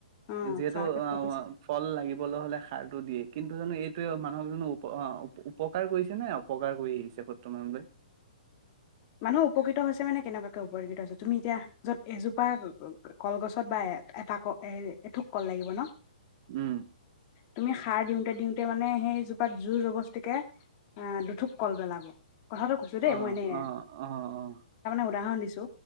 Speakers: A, on the left (about 30°); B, on the right (about 35°).
A: অ
B: যিহেতু
A: স্বাভাৱিক
B: অ
A: ভাবিছে
B: ফল লাগিবলৈ হলে সাৰটো দিয়েই। কিন্তু জানো এইটোৱে মানুহক জানো উপ আ উপ উপ উপকাৰ কৰিছে নে অপকাৰ কৰি আহিছে বৰ্তমানলৈ?
A: মানুহ উপকৃত হৈছে মানে কেনেকুৱাকে উপকৃত হৈছে তুমি এতিয়া যত এজোপা কলগছত বা এটা অ এথোক কল লাগিব ন
B: উম,
A: তুমি সাৰ দিওঁতে দিওঁ <unintelligible> মানে সেইজোপাত জোৰ জবস্তিকে দুঠোক কল পেলাব। কথাটো কৈছো দেই
B: অ',
A: মই এনে
B: অ' অ'
A: উদাহৰণ দিছোঁ।